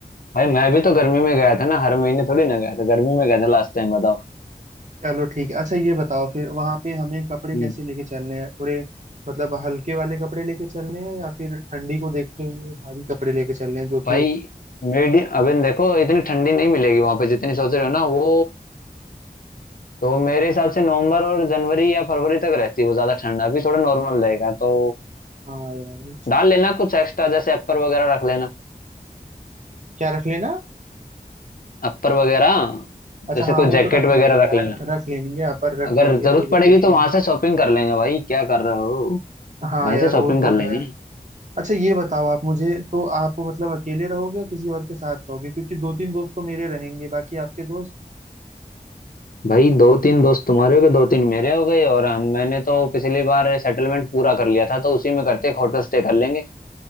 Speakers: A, on the left; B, on the right.
A: भाई मैं भी तो गर्मी में गया था ना हर महीने थोड़ी ना गया था गर्मी में गया था लास्ट टाइम बताओ
B: चलो ठीक है अच्छा ये बताओ फिर वहां पे हमें कपड़े
A: हम्म।
B: कैसे लेके चलने हैं थोड़े मतलब हल्के वाले कपड़े लेके चलने हैं या फिर ठंडी को देखते हुए भारी कपड़े लेके चलने हैं जो
A: भाई
B: कि
A: मीडियम अभी देखो इतनी ठंडी नहीं मिलेगी वहां पे जितनी सोच रहे हो ना वो तो मेरे हिसाब से नवंबर और जनवरी या फरवरी तक रहती है वो ज्यादा ठंड अभी थोड़ा नॉर्मल रहेगा तो
B: हाँ यार
A: डाल लेना कुछ एक्स्ट्रा जैसे अपर वगैरह रख लेना
B: क्या रख लेना
A: अपर वगैरह
B: अच्छा
A: जैसे
B: हाँ
A: कोई
B: वो
A: जैकेट
B: तो रख लेंगे
A: वगैरह रख
B: यार
A: लेना
B: रख लेंगे यहाँ पर रख
A: अगर
B: लेंगे
A: जरूरत
B: कोई दिक्कत
A: पड़ेगी तो
B: नहीं
A: वहां से शॉपिंग कर लेंगे भाई क्या कर रहे हो
B: हाँ
A: वहीं
B: यार
A: से शॉपिंग
B: वो तो
A: कर लेंगे
B: है अच्छा ये बताओ आप मुझे तो आप मतलब अकेले रहोगे या किसी और के साथ रहोगे क्योंकि दो तीन दोस्त तो मेरे रहेंगे बाकी आपके दोस्त
A: भाई दो तीन दोस्त तुम्हारे हो गए दो तीन मेरे हो गए और हम मैंने तो पिछली बार सेटलमेंट पूरा कर लिया था तो उसी में करते हैं होटल स्टे कर लेंगे